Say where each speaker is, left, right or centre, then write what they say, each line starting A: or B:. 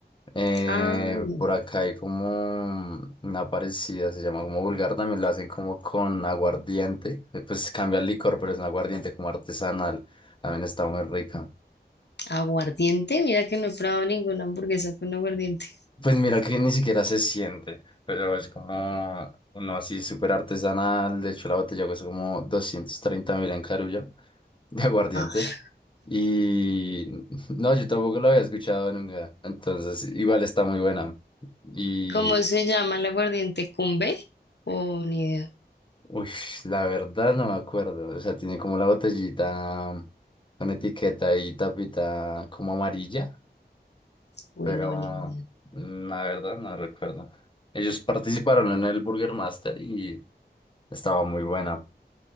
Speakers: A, on the left; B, on the left.
A: eh,
B: Ah, no.
A: por acá hay como mm, una parecida, se llama como vulgar, también la hacen como con aguardiente, eh, pues cambia el licor, pero es un aguardiente como artesanal, también está muy rica.
B: Aguardiente, mira que no he probado ninguna hamburguesa con aguardiente.
A: Pues mira que ni siquiera se siente, pero es como uno así súper artesanal. De hecho, la botella cuesta como doscientos treinta mil en Carullo <laughs> de aguardiente.
B: Ah,
A: Y no, yo tampoco la había escuchado nunca. Entonces, igual está muy buena. Y,
B: ¿Cómo se llama el aguardiente? ¿Cumbe? Oh, ni idea.
A: uy, la verdad no me acuerdo. O sea, tiene como la botellita con etiqueta y tapita como amarilla,
B: Uy,
A: pero
B: no, ni idea.
A: mm, la verdad no recuerdo. Ellos participaron en el Burger Master y Estaba muy buena.